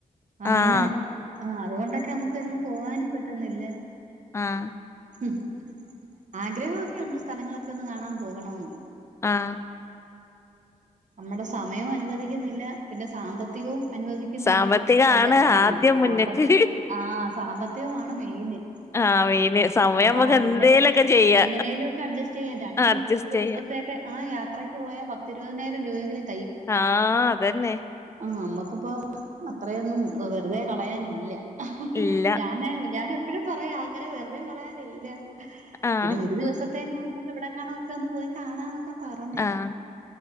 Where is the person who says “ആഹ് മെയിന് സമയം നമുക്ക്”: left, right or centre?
Left